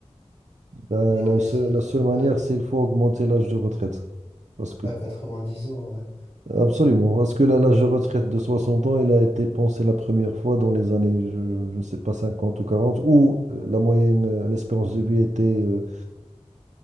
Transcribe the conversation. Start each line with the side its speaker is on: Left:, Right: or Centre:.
Right: Ben,
Left: Mais on
Right: la
Left: essaie
Right: seule,
Left: de,
Right: la seule
Left: ouais,
Right: manière, c'est qu'il faut augmenter l'âge de retraite. Parce que,
Left: à dix ans, ouais.
Right: absolument, parce que la- l'âge de retraite de 60 ans, il a été pensé la première fois dans les années, je, je ne sais pas, 50 ou 40 où euh, la moyenne, euh, l'espérance de vie était euh,